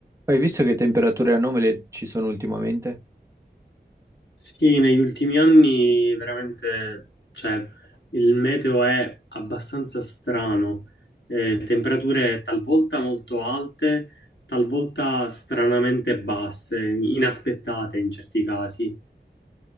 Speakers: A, on the right; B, on the left.
A: Hai visto che temperature anomale ci sono ultimamente?
B: Sì, negli ultimi anni veramente, cioè, il meteo è abbastanza strano, Eh, temperature talvolta molto alte, talvolta stranamente basse, inaspettate in certi casi.